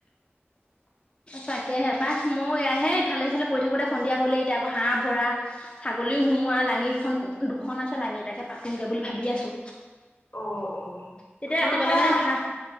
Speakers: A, on the left; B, on the left.
A: তাকেহে পাই ময়ো এয়াহে ইফালে- সিফালে কৰি থাকোঁতে সন্ধিয়া হ'লেই, এতিয়া আকৌ হাঁহ ভৰা- ছাগলীও সোমোৱা লাঙিখন দুখন আছে লাঙি তাকে পাতোংগে বুলি ভাবি আছো।
B: অ অ'
A: তেতিয়া
B: আমাৰও
A: ৰাতিপুৱালে
B: হয়য়া
A: মানে ভাত